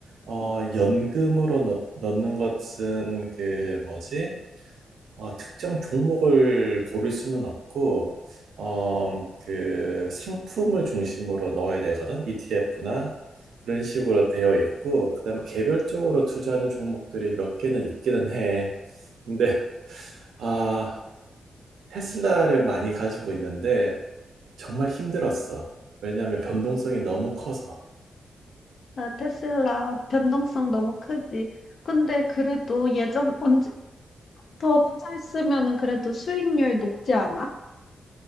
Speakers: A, on the right; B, on the left.
A: 어,
B: 음.
A: 연금으로 넣, 는 것은 그 뭐지? 어, 특정 종목을 고를 수는 없고, 어, 그 상품을 중심으로 넣어야 되거든. ETF나 그런 식으로 되어 있고, 그다음 개별적으로 투자하는 종목들이 몇 개는 있기는 해. 근데 아, 테슬라를 많이 가지고 있는데 정말 힘들었어. 왜냐하면 변동성이 너무 커서.
B: 아, 테슬라 변동성 너무 크지. 근데 그래도 예전 언제부터 투자했으면은 그래도 수익률 높지 않아?